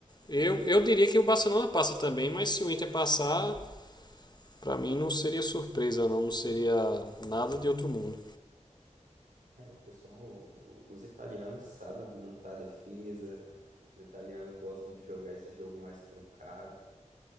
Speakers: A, on the left; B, on the right.
A: Eu, eu diria que o Barcelona passa também, mas se o Inter passar, pra mim não seria surpresa, não, não seria nada de outro mundo.
B: é, o pessoal, o- os italianos sabem montar defesa, os italianos gostam de jogar esse jogo mais truncado.